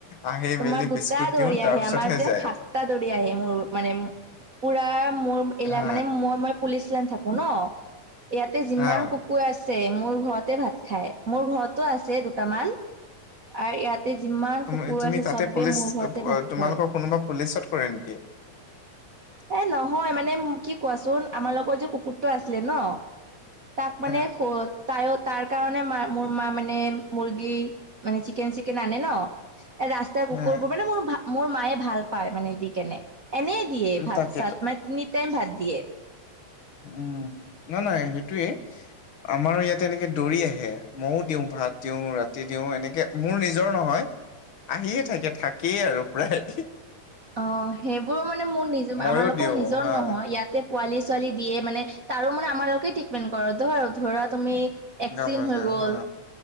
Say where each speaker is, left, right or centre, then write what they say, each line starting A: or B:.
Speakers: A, on the left (about 45°); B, on the right (about 50°).
A: আহি
B: তোমাৰ
A: মেলি
B: দুটা
A: বিস্কুট
B: দৌৰি
A: দিওঁ তাৰ
B: আহে,
A: পিছতহে
B: আমাৰ যে
A: যায়
B: খা- দৌৰি আহি মোৰ মানে পুৰা মোৰ এইলাক
A: হা
B: মানে মই মই- পুলিচ লাইন থাকো ন, ইয়াতে যিমান-
A: অ'
B: কুকুৰ আছে মোৰ ঘৰতে ভাত খাই, মোৰ ঘৰতো আছে দুটামান। আৰু ইয়াতে যিমান
A: তুমি-তুমি
B: কুকুৰ আছে
A: তাতে
B: চবে
A: পুলিচ,
B: মোৰ ঘৰতে ভাত
A: তোমালোকৰ
B: খুৱাই
A: কোনোবা পুলিচত কৰে নেকি?
B: এ নহয় মানে কি কোৱাচোন, আমাৰ লগত যে কুকুৰটো আছিলে ন- তাক মানে
A: হা
B: <unintelligible> তায়ো তাৰ কাৰণে মা মোৰ মা মানে মুৰ্গী মানে চিকেন- চিকেন আনে ন- ৰাস্তা কুকুৰবোৰ
A: হা
B: মানে মোৰ-মোৰ মায়ে ভাল পায় মানে দি কেনে এনেই দিয়ে। ভাত-চাত
A: তাকেতো
B: মানে তিনি টাইম ভাত দিয়ে।
A: উম-উম, নাই নাই সেইটোয়ে। আমাৰো ইয়াত এনেকে দৌৰি আহে মইও দিওঁ, ভাত দিওঁ ৰাতি দিওঁ এনেকে মোৰ নিজৰ নহয়- আহিয়ে থাকে থাকেই আৰু প্ৰায়।
B: অ' সেইবোৰো মানে মোৰ নিজ
A: মইও
B: আমাৰালোকৰ
A: দিওঁ
B: নিজৰ
A: হা
B: নহয় ইয়াতে- পোৱালি-ছোৱালী দিয়ে মানে তাৰো মানে আমাৰ লোকে ট্ৰিটমেণ্ট কৰে ধ ধৰা তুমি- এক্সিডেন
A: গম পাইছে
B: হৈ গ'ল
A: হা